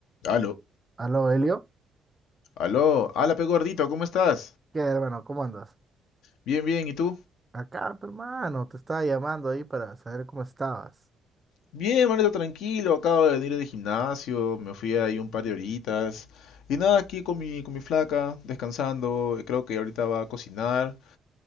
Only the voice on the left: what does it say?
Aló,
aló, ala pe gordito, ¿cómo estás?
Bien, bien, ¿y tú?
Bien, manito, tranquilo, acabo de venir del gimnasio, me fui ahí un par de horitas. Y nada, aquí con mi, con mi flaca, descansando, creo que ahorita va a cocinar.